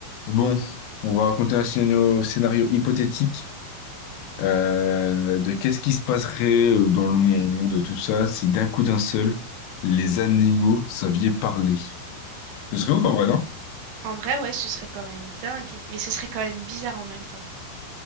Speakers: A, on the left (about 85°); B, on the right (about 75°).
A: Bon, on va raconter un scénario, scénario hypothétique euh, de qu'est-ce qui se passerait euh, dans le monde, tout ça, si d'un coup d'un seul, les animaux savaient parler. Ce serait ouf en vrai, non?
B: En vrai, ouais, ce serait quand même dingue, mais ce serait quand même bizarre en même temps.